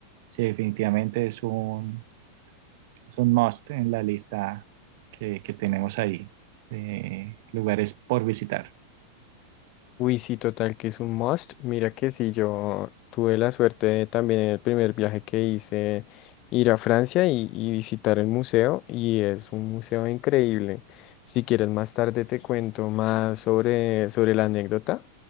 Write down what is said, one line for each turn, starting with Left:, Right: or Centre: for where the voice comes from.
Right: sí, definitivamente es un, es un must en la lista que, que tenemos ahí de lugares por visitar.
Left: Uy, sí, total, que es un must. Mira que sí, yo tuve la suerte de también en el primer viaje que hice ir a Francia y, y visitar el museo, y es un museo increíble. Si quieres más tarde te cuento más sobre, sobre la anécdota.